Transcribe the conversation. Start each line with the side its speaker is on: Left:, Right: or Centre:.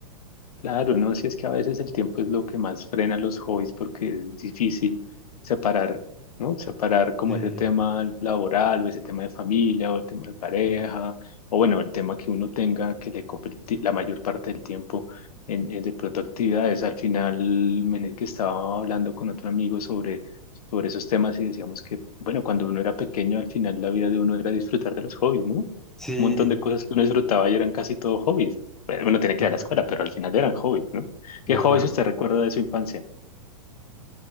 Left: Claro, no, si es que a veces el tiempo es lo que más frena los hobbies porque es difícil separar, ¿no? Separar como
Centre: Sí,
Left: ese tema laboral o ese tema de familia o el tema de pareja o bueno, el tema que uno tenga que le ocupe el ti- la mayor parte del tiempo en, en de pronto actividades. Al final, en el que estaba hablando con otro amigo sobre, sobre esos temas y decíamos que, bueno, cuando uno era pequeño, al final la vida de uno era disfrutar de los hobbies, ¿no? Un
Centre: sí,
Left: montón de cosas que uno disfrutaba y eran casi todo hobbies. Bueno, uno tiene que
Centre: de
Left: ir
Centre: acuerdo,
Left: a la escuela, pero al final eran hobbies, ¿no? ¿Qué
Centre: de acuerdo.
Left: hobbies usted recuerda de su infancia?